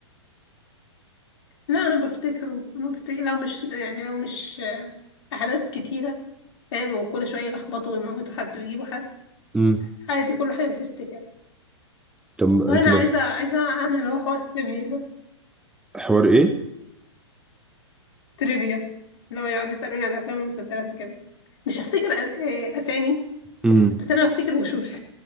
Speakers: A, on the left; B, in the centre.
A: لا أنا بفتكره أنا بفتكر لو مش يعني لو مش آه، أحداث كتيرة فاهم وكل شوية يلخبطوا ويموتوا حد ويجيبوا حد
B: امم
A: عادي كل حاجة بتفتكر
B: طب انت
A: وأنا
B: ما
A: عايزة عايزة أعمل اللي هو حوار تريفيا ده
B: حوار ايه
A: تريفيا اللي هو يقعد يسألوني على الأفلام والمسلسلات وكده مش هفتكر أ- آه، أسامي
B: امم
A: بس أنا بفتكر وشوش